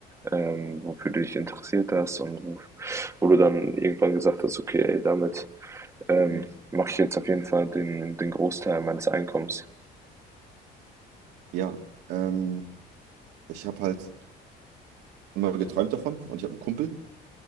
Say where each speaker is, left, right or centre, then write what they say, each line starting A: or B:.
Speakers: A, on the right; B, on the right.
A: ähm, wofür du dich interessiert hast und wo, wo du dann irgendwann gesagt hast, okay, ey, damit ähm,
B: Mhm.
A: mache ich jetzt auf jeden Fall den, den Großteil meines Einkommens.
B: Ja, ähm, ich habe halt immer geträumt davon und ich habe einen Kumpel,